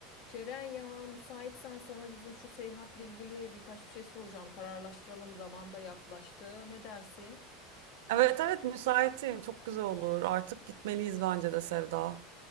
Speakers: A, on the left; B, on the right.
A: Ceren ya müsaitsen sana bizim şu seyahatle ilgili birkaç bir şey soracağım. Kararlaştıralım zaman da yaklaştı. Ne dersin?
B: Evet evet müsaitim. Çok güzel olur. Artık gitmeliyiz bence de Sevda.